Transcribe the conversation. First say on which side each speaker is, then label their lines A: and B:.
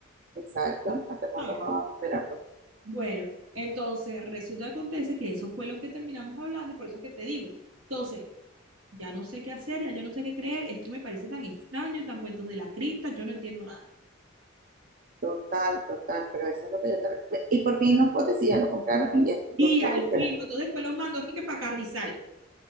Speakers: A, on the right; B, on the right.
A: exacto. ¿Hasta cuánto
B: ¿sabes?
A: más vamos a esperar? Pues,
B: Bueno, entonces resulta que acontece que eso fue lo que terminamos hablando y por eso es que te digo. Entonces, ya no sé qué hacer, ya yo no sé qué creer, esto me parece tan extraño, tan cuentos de la cripta, yo no entiendo nada.
A: total, total, pero eso es lo que yo te recuerdo. Y por fin los potes, sí ya lo compraron y ya
B: Y
A: lo estaban
B: al
A: esperando.
B: fin, pues, entonces después los mandó aquí que para Carrizal.